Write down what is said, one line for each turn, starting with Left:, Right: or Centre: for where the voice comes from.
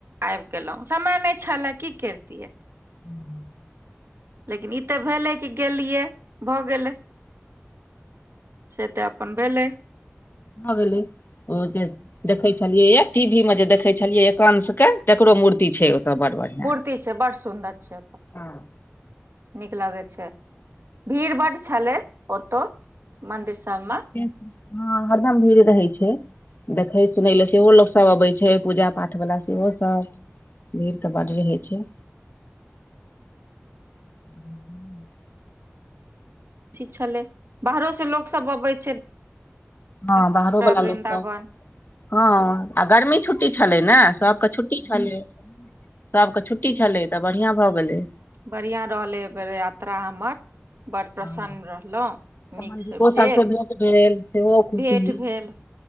Right: आएब गेलौ समय नै छलै की कैरतिये।
Left: हुं।
Right: लेकिन ई तऽ भेले कि गेलियै भऽ गेलै। से तऽ अपन भेलै।
Left: भ गेलै। ओ जे देखै छलियै या टी भी मे जे देखे छलियै या कंश के तकरो मूर्ति छै। तऽ बड़ बढ़ियाँ।
Right: ती छै, बड़ सुन्दर छै। ओतऽ
Left: हां।
Right: नीक लागै छै, भीड़ बड छलै ओतौ मन्दिर सबमे।
Left: हँ हरदम भीड़ रहै छै। देखै सुनै ले सेहो लोक सब अबै छै पूजा पाठ बला सेहो सब। भीड़ तऽ बड रहै छै। ह
Right: ठीक छलै बाहरो से लोक सब अबै छै।
Left: हँ
Right: पूरा
Left: बाहरो बला लोक
Right: वृन्दावन
Left: सब हँ आ गर्मी छुट छुट्टी छलै ने सबके छुट्टी छलै सबके छुट्टी छलै तऽ बढ़ियां भऽ गेलै।
Right: बढ़िआँ रहलै ऐबेर यात्रा हमर। बड
Left: हँ
Right: प्रसन्न रहलौ
Left: सम्बन्धिको
Right: नीक से भेल।
Left: सबसँ भेँट भेल। सेहो खुशी
Right: भेंट भेल